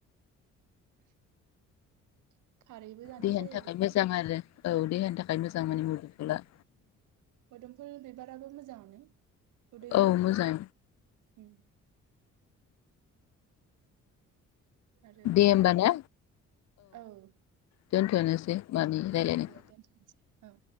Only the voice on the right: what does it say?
<inaudible> खारैबो जानाय
जायो
बेखौ
मदमफुल बिबाराबो मोजाङानो उदैनि
थाखाय।
उम। आरो
गोबां
औ,
औ दे
औ दे दोनथ'नोसै। औ।